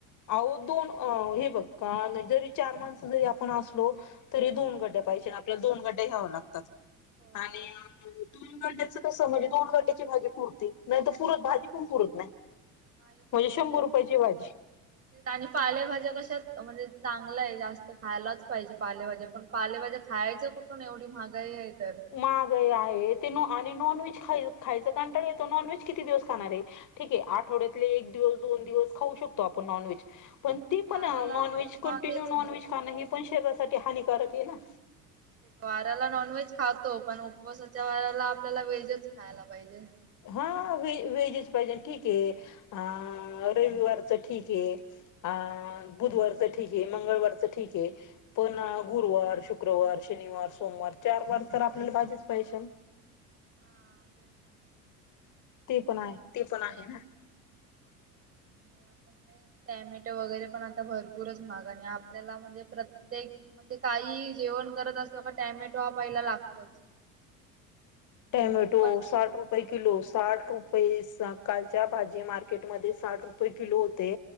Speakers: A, on the left; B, on the right.
A: अहो दोन हे बघ का जरी चार माणसं जरी आपण असलो तरी दोन गड गड्या पाहिजे आपल्याला दोन गड्या घ्याव्या लागतात
B: हो
A: आणि दोन गड्याचं कसं म्हणजे दोन गड्याची भाजी पुरती, नाहीत पुरत भाजी पण पुरत नाही.
B: नाही पुरत
A: म्हणजे शंभर रुपयाची भाजी.
B: आणि पालेभाज्या कशा म्हणजे चांगलं आहे, जास्त खायलाच पाहिजे, पालेभाज्या पण पाले भाज्या खायच्या कुठून एवढी महागाई आहे. तर
A: महागाई आहे, ते नु आन ते नॉनव्हेज खाय खायचं कंटाळा येतो. नॉनव्हेज किती दिवस खाणार आहे, ठीकए आठवड्यातले एक दिवस दोन दिवस खाऊ शकतो. आपण नॉनव्हेज पण ती
B: वाराला
A: पण अ नॉनव्हेज
B: आपण हा
A: कंटिन्यू
B: तेच
A: नॉनव्हेज
B: ना
A: खाणं, हे पण शरीरासाठी हानिकारक आहे ना?
B: वाऱाला नॉन व्हेज खातो, पण उपवासाच्या वाऱाला आपल्याला व्हेजच खायला पाहिजे.
A: हा व वेजच पाहिजे ठीक ते आ रविवारच ठीकए आ बुधवारच ठीकए मंगळवारच च ठीक आहे पण गुरुवार, शुक्रवार, शनिवार, सोमवार चार वार तर आपल्याला भाजीच पाहिजे. विशाल
B: हा तेच ना
A: ते पण आहे, ती पण आहे ना
B: <inaudible> आणि आपण काय टॅमॅटो वगैरे पण आता भरपूरच महाग आणि आपल्याला म्हणजे प्रत्येकऽऽऽ म्ह ते काहीही जेवण करत असतो का टॅमॅटो हा पहिला लागतोच.. म्हणजे
A: टॅमॅटो
B: तो पण
A: साठ रुपये
B: हा हा
A: किलो, साठ रुपये सकाळच्या भाजी मार्केऽऽऽ र्केट मध्ये साठ रुपये किलो होते.